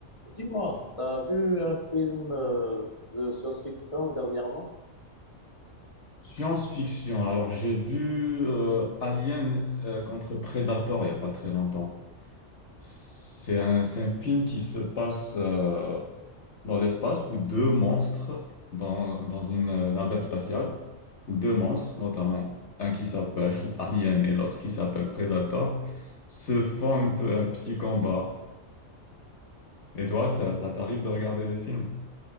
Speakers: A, on the left; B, on the left.
A: Dis-moi, t'as vu un film euh, de science-fiction dernièrement?
B: Science-fiction. Alors, j'ai vu euh, Alien euh, contre Predator il n'y a pas très longtemps. C'est un, c'est un film qui se passe euh, dans l'espace où deux monstres, dans, dans une euh, navette spatiale, où deux monstres, notamment un qui s'appelle <laughs> Alien et l'autre qui s'appelle Predator, se font un peu un petit combat. Et toi, ça, ça t'arrive de regarder des films?